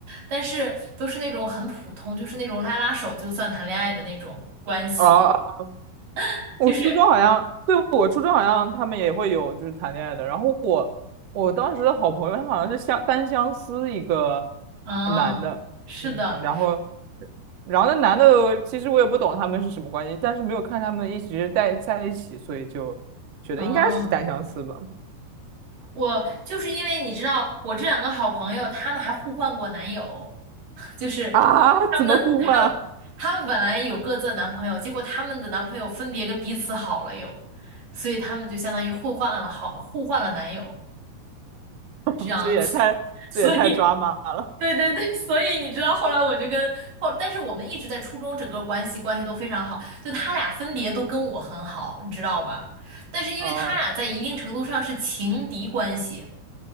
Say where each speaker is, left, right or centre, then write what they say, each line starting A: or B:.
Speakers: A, on the right; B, on the right.
A: 但是都是那种很普通，就是那种拉拉手就算谈恋爱的那种关系，
B: 哦
A: <laughs>
B: 我初中好像，
A: 就是
B: 对，我初中好像他们也会有就是谈恋爱的。然后我我当时的好朋友，他好像是相单相思一个
A: 嗯，
B: 呃男的，
A: 是的，
B: 嗯，然后然后那男的其实我也不懂他们是什么关系，但是没有看他们一直在在一起，所以就觉得应该是单相思吧。
A: 嗯。我就是因为你知道，我这两个好朋友，他们还互换过男友，<laughs> 就是他们的他们他们本来有各自的男朋友，
B: 啊，<laughs> 怎么互换啊
A: 结果他们的男朋友分别跟彼此好了又，所以他们就相当于互换了好互换了男友
B: <laughs>
A: 这样子，
B: 这也太这也太抓马了。
A: <laughs> 所以对对对，所以你知道后来我就跟后，但是我们一直在初中整个关系关系都非常好，就他俩分别都跟我很好，你知道吧？但是因为他俩在一定程度上是情敌关系。
B: 哦